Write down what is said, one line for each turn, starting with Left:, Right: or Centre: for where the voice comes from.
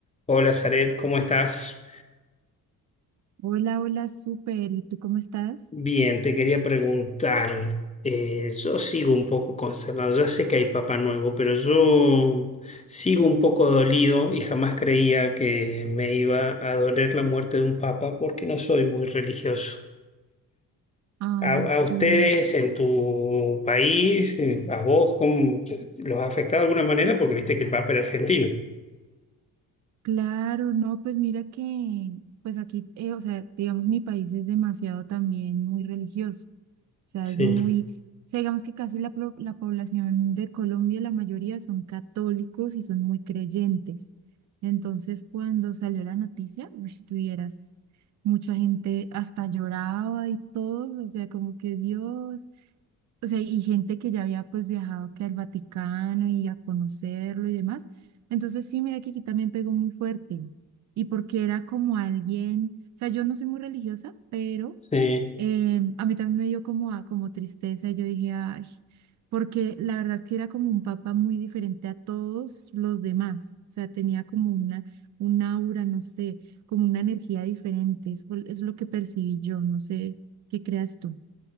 Left: Hola, Zaret, ¿cómo estás?
Right: Hola, hola, súper. ¿Y tú cómo estás?
Left: Bien, te quería preguntar. eh, yo sigo un poco consternado. Ya sé que hay Papá Nuevo, pero yo sigo un poco dolido y jamás creía que me iba a doler la muerte de un papa porque no soy muy religioso.
Right: Ay,
Left: A,
Right: sí,
Left: a ustedes en tu país, eh, a vos, ¿cómo los ha afectado de alguna manera? Porque viste que el papa era argentino.
Right: claro, no, pues mira que, pues aquí, eh, o sea, digamos, mi país es demasiado también muy religioso. O sea,
Left: Sí,
Right: es muy, o sea, digamos que casi la, pro- la población de Colombia, la mayoría son católicos y son muy creyentes. Entonces, cuando salió la noticia, uy, tuvieras mucha gente hasta lloraba y todos, o sea, como que Dios, O sea, y gente que ya había pues viajado que al Vaticano y a conocerlo y demás. Entonces sí, mira que aquí también pegó muy fuerte. Y porque era como alguien, o sea, yo no soy muy religiosa, pero
Left: sí.
Right: eh, a mí también me dio como, a- como tristeza. y Yo dije, ay, porque la verdad que era como un papa muy diferente a todos los demás. O sea, tenía como una, un aura, no sé, como una energía diferente. Eso fue- es lo que percibí yo, no sé qué creas tú.